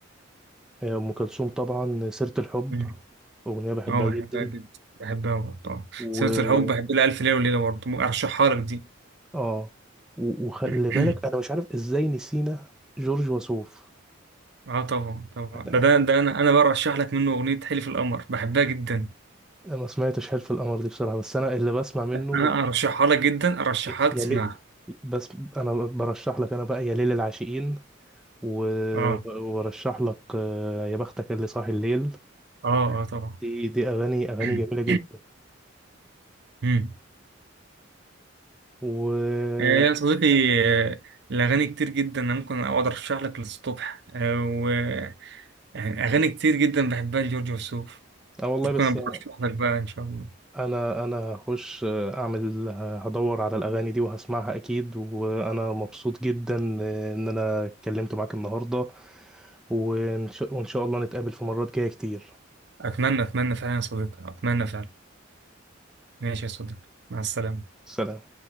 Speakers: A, in the centre; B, on the right.
A: هي ام كلثوم طبعا سيره الحب
B: مم.
A: اغنيه بحبها
B: اه بحبها
A: جدا
B: جدا بحبها برضو آه.
A: و
B: سيرة الحب بحب لها ألف ليلة وليلة برضو أرشحها لك دي
A: اه و- وخلي
B: <clears throat>
A: بالك انا مش عارف ازاي نسينا جورج وسوف
B: اه طبعا طبعا
A: انا
B: ده ده,
A: انا
B: ده انا انا برشح لك منه اغنيه حلف القمر بحبها جدا
A: أنا ما سمعتش حلف القمر دي بصراحه بس انا اللي بسمع منه
B: انا ارشحها لك جدا ارشحها
A: ي-
B: لك
A: يا
B: تسمعها
A: ليل بس انا برشح لك انا بقى يا ليل العاشقين و-
B: اه
A: وبرشح لك آه، يا بختك اللي صاحي الليل
B: اه اه طبعا
A: دي دي اغاني اغاني
B: <clears throat>
A: جميله جدا
B: مم.
A: و
B: آه يا صديقي آه، الاغاني كتير جدا انا ممكن اقعد ارشح لك للصبح آه واغاني كتير جدا بحبها لجورج وسوف
A: اه والله
B: ممكن
A: بس
B: أبقى
A: يعني
B: ارشح لك بقى ان شاء الله
A: انا انا هخش اعمل هدور على الاغاني دي وهسمعها اكيد وانا مبسوط جدا ان انا اتكلمت معاك النهارده وإن شاء وإن شاء الله نتقابل في مرات جايه كتير
B: اتمنى اتمنى فعلا يا صديقي اتمنى فعلا ماشي يا صديقي مع السلامه
A: سلام